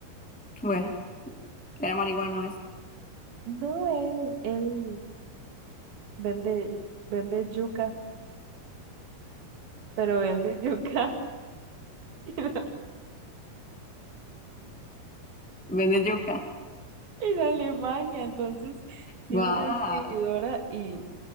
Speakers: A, in the centre; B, on the right.
A: bueno, era marihuano este.
B: No, él, él vende, vende yuca, pero vende yuca <laughs> en,
A: Vende yuca.
B: en Alemania. Entonces, tiene
A: Wow,
B: una distribuidora y